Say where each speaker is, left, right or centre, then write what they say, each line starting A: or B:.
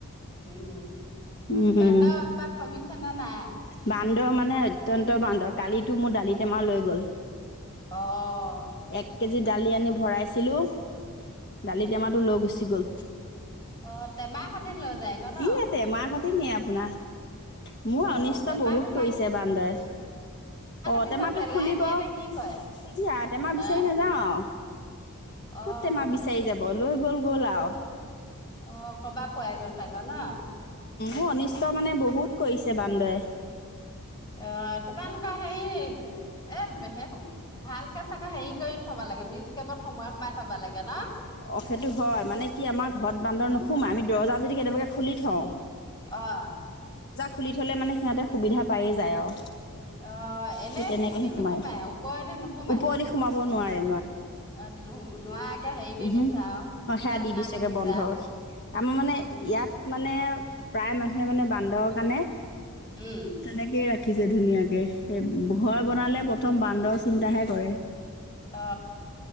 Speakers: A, on the left (about 20°); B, on the left (about 50°).
A: উম
B: লাগে
A: বানদা পাৰ কমি শুনিছ নে নাই।
B: বান্দৰ মানে অত্যন্ত বান্দৰ কালিতো মোৰ দালি টেমা লৈ গ'ল।
A: অহঁ।
B: এক কেজি দালি আনি ভৰাইছে হেল্ল' দালি টেমাটো লয় গুচি গ'ল।
A: অহঁ তেমা খাটি লৈ যায়গৈ ন?
B: ইয়া টেমা সইতে নিয়ে আপোনাৰ, মোৰ
A: অ',
B: অনিষ্ট
A: টেমা
B: বহুত
A: বিলাক
B: কৰিছে বান্দৰে, অ',
A: পিছত
B: টেমাটো
A: পেলাই
B: খুলিব
A: দিয়ে
B: ই
A: নে কি কৰে?
B: আও টেমা
A: হে
B: বিচাৰি নাযাওঁ আৰু
A: অ',
B: ক'ত টেমা বিচাৰি যাব লৈ গ'ল। ব'লা
A: অ', কবা পোৱাই জন চাগে নহঁ।
B: উ নিশ্চয় ত মানে বহুত কৰিছে বান্দৰে
A: অ', তোমালোকৰ হেৰি এে ভালকে চাগে হেৰি কৰি থবা লাগে মিচ কেবত সময় কমাই থবা লাগে ন
B: অ, সেইটো হয়, মানে কি আমাৰ ঘৰত বান্দৰ নোসোমাই, আমি দৰজা যদি কেনেকে খুলি থওঁ
A: আহ
B: ফুলি থ'লে মানে সিহঁতে সুবিধা পায়েই যায় আৰু
A: অ এনে
B: সেই তেনেকৈহে
A: হেৰি দি
B: সোমায়
A: নোসোমাই ওপৰেদি নোসোমাই
B: ওপৰদি সোমাব নোৱাৰে
A: অ নো নোৱাকে হেৰি। দি
B: উম
A: দিছা
B: হম
A: আৰু
B: সেৱা
A: জালনা
B: দি দিছেগে
A: দিছা
B: বন্ধ আমাৰ মানে
A: উম
B: ইয়াত মানে প্ৰায় মানুহে মানে বান্দৰৰ কাৰণে।
A: উম
B: তেনেকে ৰাখি। ৰাখিছে ধুনীয়াকে এই ঘৰ বনালে প্ৰথম বান্দৰ চিন্তাহে কৰে
A: অ